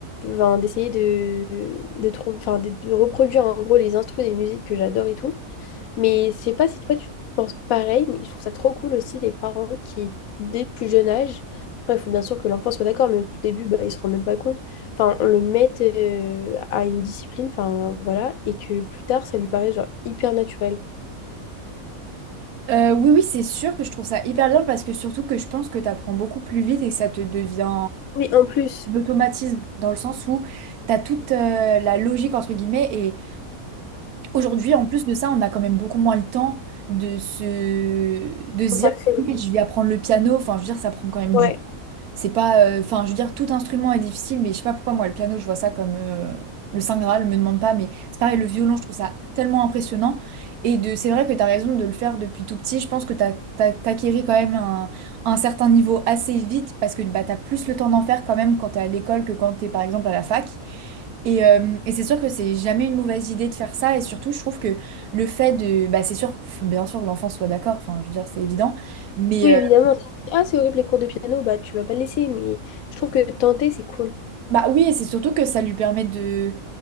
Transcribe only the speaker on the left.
enfin, d'essayer de, de, trou- enfin, de, de reproduire, en gros, les instruments des musiques que j'adore et tout. Mais je sais pas si toi tu penses pareil, mais je trouve ça trop cool aussi les parents qui, dès plus jeune âge, après il faut bien sûr que l'enfant soit d'accord, mais au tout début, bah, il se rend même pas compte, enfin, on le mette euh, à une discipline, enfin voilà, et que plus tard ça lui paraît genre hyper naturel.
Oui, en plus,
on s'accroche.
Ouais.
Oui, évidemment.
Ah, c'est horrible les cours de piano, bah tu vas pas le laisser, mais je trouve que tenter c'est cool.